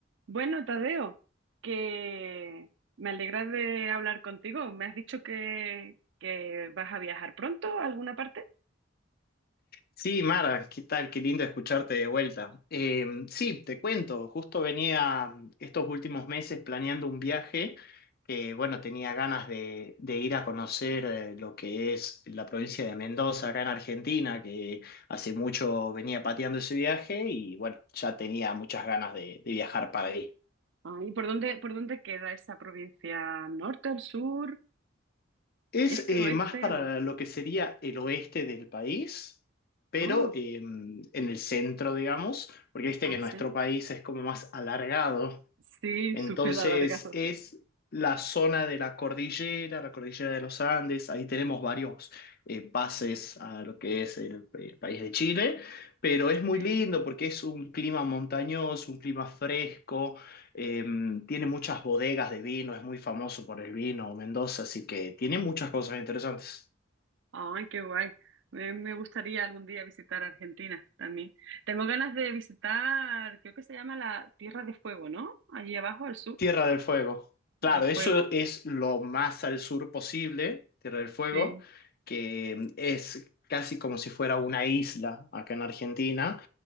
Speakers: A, on the right; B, on the left.
A: Bueno, Tadeo, que me alegra de hablar contigo. ¿Me has dicho que, que vas a viajar pronto a alguna parte?
B: Sí, Mara, ¿qué tal? Qué lindo escucharte de vuelta. Eh, sí, te cuento, justo venía estos últimos meses planeando un viaje que, bueno, tenía ganas de, de ir a conocer eh, lo que es la provincia de Mendoza, acá en Argentina, que hace mucho venía pateando ese viaje y, bueno, ya tenía muchas ganas de, de viajar para ahí.
A: Ah, ¿y por dónde, por dónde queda esa provincia? ¿Norte, al sur,
B: Es
A: este,
B: eh,
A: oeste?
B: más para
A: O...
B: lo que sería el oeste del país, pero
A: Ah,
B: eh, en el centro, digamos, porque viste
A: ah,
B: que nuestro
A: sí.
B: país es como más alargado
A: Sí,
B: entonces
A: súper alargado.
B: es la zona de la cordillera, la cordillera de los Andes, ahí tenemos varios eh, pases a lo que es el, el país de Chile, pero es muy
A: Sí.
B: lindo porque es un clima montañoso, un clima fresco, eh, tiene muchas bodegas de vino, es muy famoso por el vino Mendoza, así que tiene muchas cosas interesantes.
A: Ay, qué guay. Eh, Me gustaría algún día visitar Argentina también. Tengo ganas de visitar, creo que se llama la Tierra de Fuego, ¿no? Allí abajo, al sur
B: Tierra del Fuego.
A: del
B: Claro,
A: fuego.
B: eso es lo más al sur posible, Tierra del Fuego,
A: Sí.
B: que es casi como si fuera una isla acá en Argentina,